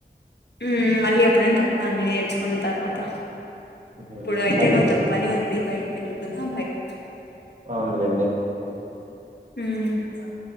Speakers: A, on the left (about 75°); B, on the right (about 40°).
A: మ్ మళ్ళీ ఎప్పుడైన చెప్తాన్ లే నేర్చుకున్న తర్వాత
B: హ్మ్
A: ఇప్పుడు అయితే
B: సర్లే
A: కొంచెం పని ఉంది బయటకి వెళ్దం బైటికి
B: అవునులేండి
A: మ్